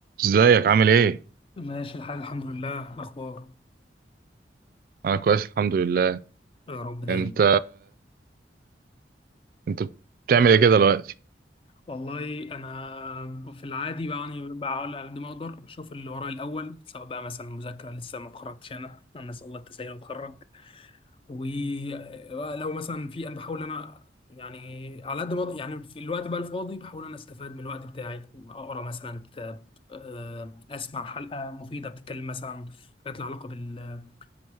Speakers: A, on the right (about 50°); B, on the left (about 30°).
A: ازيك عامل ايه؟
B: ماشي الحال الحمد لله إيه الأخبار
A: انا كويس الحمد لله
B: يا رب دايما
A: انت انت بتعمل ايه كده دلوقتي؟
B: والله أنا في العادي يعني بحاول على قد ما أقدر أشوف اللي ورايا الأول سواء بقى مثلا مذاكرة لسه ما اتخرجتش أنا أنا أسأل الله التسهيل وأتخرج ولو مثلا في أنا بحاول أنا يعني على قد ما أقدر- يعني في الوقت بقى الفاضي بحاول أنا أستفاد من الوقت بتاعي أقرأ مثلا كتاب آه، أسمع حلقة مفيدة بتتكلم مثلا عن حاجات لها علاقة بالبيرسونال